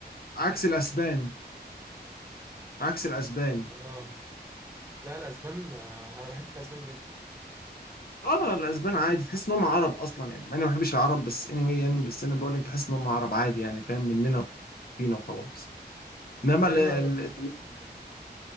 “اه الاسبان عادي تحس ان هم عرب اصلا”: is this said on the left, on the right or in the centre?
Left